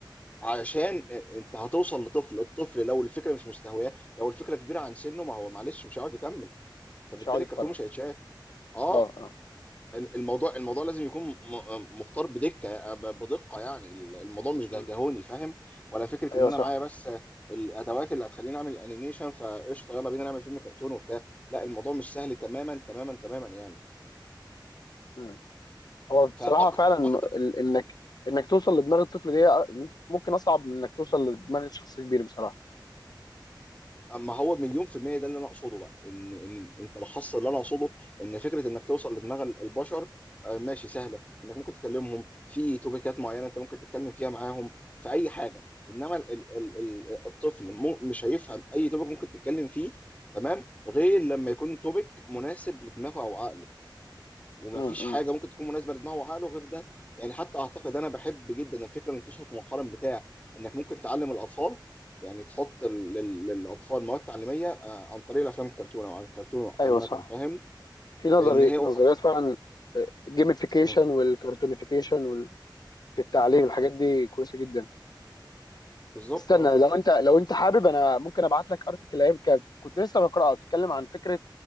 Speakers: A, on the left; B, on the left.
A: عشان انت هتوصل لطفل الطفل لو الفكره مش مستهواه لو الفكره كبيره عن سنه ما هو معلش مش هيقعد يكمل فبالتالي
B: مش هقعد اتفرج
A: الكرتون مش هيتشاف اه
B: اه اه
A: الموضوع الموضوع لازم يكون م- مختار بدكه ب- بدقه يعني الموضوع مش جهجهوني
B: مم.
A: فاهم ولا فكره
B: ايوه
A: ان انا
B: صح
A: معايا بس الادوات اللي هتخليني اعمل انيميشن فقشطه يلا بينا نعمل فيلم كرتون وبتاع لا الموضوع مش سهل تماما تماما تماما يعني
B: مم. هو بصراحه
A: فاكتر
B: فعلا م- ال- انك انك توصل لدماغ الطفل دي آه، ممكن اصعب من انك توصل لدماغ شخص كبير بصراحه
A: اما هو مليون في المية ده اللي انا اقصده بقى ان ان انت لخصت اللي انا اقصده ان فكرة انك توصل لدماغ البشر آه، ماشي سهلة انك ممكن تكلمهم في توبيكات معينة انت ممكن تتكلم فيها معاهم في اي حاجة انما ال ال ال الطفل مو- مش هيفهم اي توبيك ممكن تتكلم فيه تمام غير لما يكون توبيك مناسب لدماغه او عقله ومفيش
B: مم. مم.
A: حاجه ممكن تكون مناسبه لدماغه وعقله غير ده يعني حتى اعتقد انا بحب جدا الفكره اللي انتشرت مؤخرا بتاع انك ممكن تعلم الاطفال يعني تحط ال- لل- للاطفال مواد تعليميه آه، عن طريق الافلام الكرتون او عن الكرتون عامه
B: ايوه صح
A: فاهم
B: في نظري
A: لان هي
B: نظريات فعلا جيميفيكيشن
A: م-
B: والكرتونيفيكيشن وال... في التعليم
A: م-
B: الحاجات دي كويسه جدا
A: بالظبط
B: استنى
A: اه
B: لو انت لو انت حابب انا ممكن ابعت لك ارتكل ايام كانت- كنت لسه بقراها بتتكلم عن فكره